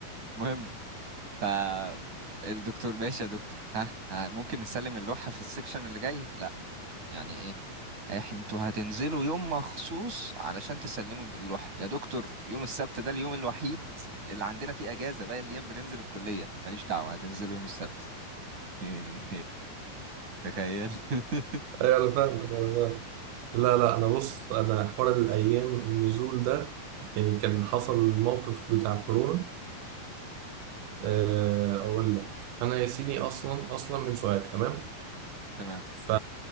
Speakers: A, on the right; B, on the right.
A: المهم فالدكتور ماشي يا دكتور ها, ها ممكن نسلم اللوحة في السكشن اللي جاي لا يعني ايه إح- انتوا هتنزلوا يوم مخصوص علشان تسلموا اللوحة يا دكتور يوم السبت ده اليوم الوحيد اللي عندنا فيه اجازة باقي الايام بننزل الكلية ماليش دعوة هتنزلوا يوم السبت <laughs> تخيل <laughs>
B: ايوه انا فاهمك انا فاهمك لا لا انا بص انا حوار الايام النزول ده يعني كان حصل الموقف بتاع كورونا آه، اقول لك انا يا سيدي اصلا اصلا من سوهاج تمام
A: تمام
B: ف